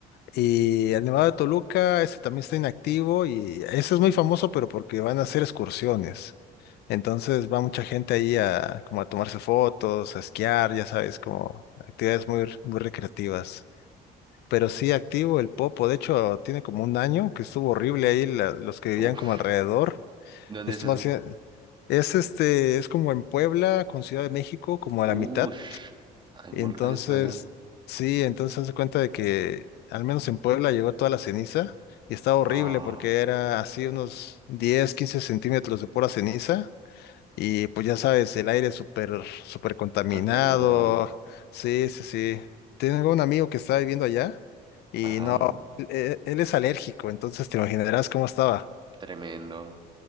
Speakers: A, on the left (about 75°); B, on the right (about 30°).
A: Y el Nevado de Toluca, ese también está inactivo y ese es muy famoso, pero porque van a hacer excursiones. Entonces va mucha gente ahí a como a tomarse fotos, a esquiar, ya sabes, como actividades muy, muy recreativas. Pero sí activo el Popo, de hecho tiene como un año que estuvo horrible ahí la- los que vivían
B: Ujú. Uf.
A: como alrededor.
B: ¿Dónde
A: Estuvo
B: es eso?
A: hacia- es este, es como en Puebla con Ciudad de México, como a
B: Ush.
A: la mitad.
B: Hay
A: Y
B: volcanes
A: entonces,
B: por allá.
A: sí, entonces se cuenta de que al menos en Puebla llegó toda la ceniza y estaba horrible
B: Ah,
A: porque era así unos 10 15 centímetros de pura ceniza y pues ya sabes, el aire súper, súper contaminado.
B: contaminado.
A: Sí, sí, sí. Tengo un amigo que está viviendo allá y
B: Ajá.
A: no, él, él- él es alérgico, entonces te imaginarás cómo estaba.
B: Tremendo.